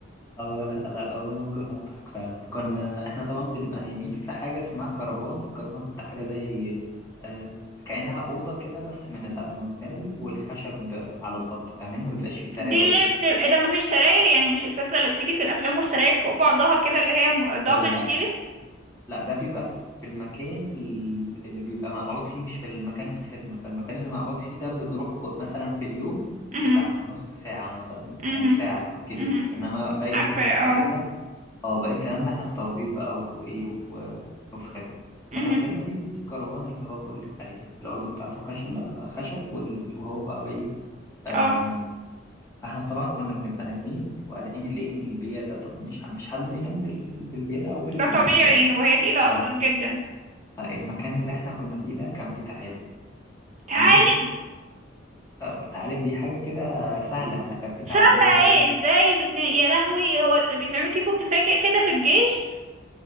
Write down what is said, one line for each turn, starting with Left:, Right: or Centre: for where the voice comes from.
Left: اه لا لا هو موقف مضحك فعلا كنا احنا طبعا بنبقى نايمين في حاجة اسمها كرفان الكرفان ده حاجة زي آه كأنها أوضة كده بس من الألمونتال والخشب على الأرض فاهمين ما بيبقاش فيه سراير
Right: دي اللي
Left: وكده
Right: بتبقى ده مفيش سراير يعني مش الفكرة اللي بتيجي في الأفلام والسراير فوق بعضها كده اللي هي م- دبل
Left: آه لا
Right: دي
Left: لا ده بيبقى في المكان ال- اللي بيبقى مقعود فيه مش في المكان الخدمة فالمكان اللي مقعود فيه ده بنروحه كو- مثلا في اليوم
Right: مهم.
Left: بتاع نص ساعة مثلا
Right: مهم.
Left: أو ساعة كتير
Right: مهم.
Left: إنما باقي
Right: عارفة
Left: الكلام
Right: اه
Left: اه باقي الكلام ده احنا في طوابير بقى وايه و- وفي خدمة
Right: مهم.
Left: ففي الخدمة دي الكرفان اللي هو بقول لك عليه ده الأرض بتاعته خشب بقى خشب وال- وهو بقى بإيه آم،
Right: اه
Left: فاحنا طبعا كنا بنبقى نايمين وقالعين الايه البيا ده طبعا مش مش حد بينام بال... بالبيا ده او بال
Right: ده طبيعي
Left: يعني
Right: وهي تقيلة
Left: اه
Right: اصلا جدا
Left: المكان اللي احنا كنا فيه ده كان فيه تعالب
Right: تعالب
Left: تمام آه، التعالب دي حاجة كده سهلة احنا كان فيه تعابين
Right: سهلة
Left: برضو
Right: ايه ازاي بتنا يا لهوي هو ده ده بيتعمل فيكوا كفاية كده كده في الجيش